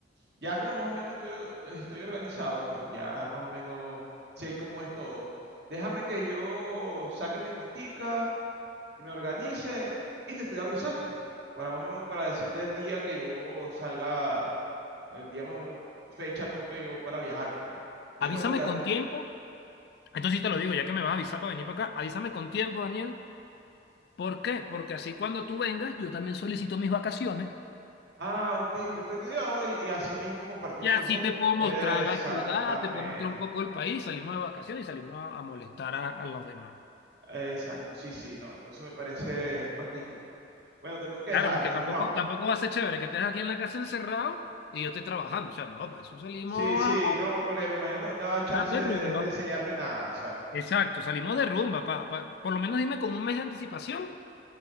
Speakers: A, on the right (about 65°); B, on the left (about 55°).
A: Ya como más o menos estoy, estoy organizado, ya más o menos sé cómo es todo. Déjame que yo saque mi cuentica me organice y te estoy avisando para más o menos para decirte el día que yo salga, el día más o menos fecha tope yo para viajar, pues. Y
B: Avísame
A: bueno, ya,
B: con tiempo, entonces sí te lo digo, ya que me vas a avisar para venir para acá, avísame con tiempo, Daniel. ¿Por qué? Porque así cuando tú vengas, yo también solicito mis vacaciones
A: ah, ok, perfecto, y, oh, y- y así mismo compartimos
B: Y así
A: los dos,
B: te
A: pues.
B: puedo mostrar
A: Exactamente,
B: la ciudad, te puedo mostrar un poco el país, salimos de vacaciones y salimos a, a molestar a, a los demás.
A: exacto, sí, sí, no, entonces me parece magnífico. Bueno, te tengo que
B: Claro,
A: dejar,
B: porque
A: ¿oíste,
B: tampoco,
A: Juan?
B: tampoco va a ser chévere que estés aquí en la casa encerrado y yo estoy trabajando. O sea, no, para eso salimos
A: Sí, sí,
B: a,
A: no, porque me imagino que no te da chance
B: a- de
A: de,
B: rumba.
A: de enseñarme nada, exacto.
B: Exacto, salimos de rumba. Pa, pa- por lo menos dime con un mes de anticipación